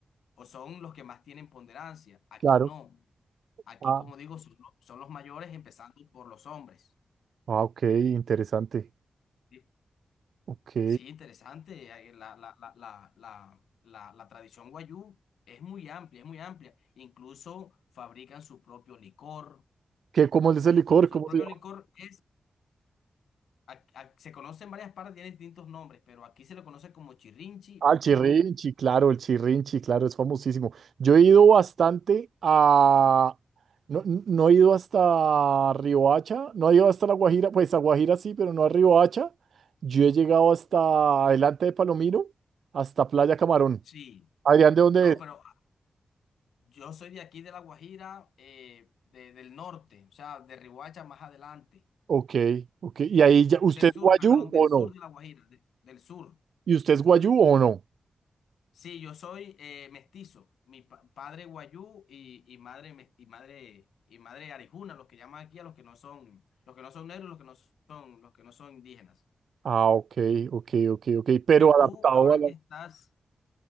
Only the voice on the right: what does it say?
Claro.
Ah,
ah, ok, interesante.
Ok.
¿Qué, cómo es el licor?
¿Cómo
se llama?
Al
Chirrinchi,
claro, el Chirrinchi, claro, es famosísimo. Yo he ido bastante a... No, no he ido hasta Riohacha, no he ido hasta La Guajira, pues a Guajira sí, pero no a Riohacha. Yo he llegado hasta adelante de Palomino, hasta Playa Camarón.
Adrián, ¿de dónde
es?
Ok, ok. ¿Y ahí ya, usted
es
guayú
o
no?
¿Y usted es guayú o no?
Ah, ok, ok, ok, ok. Pero
adaptado
a la...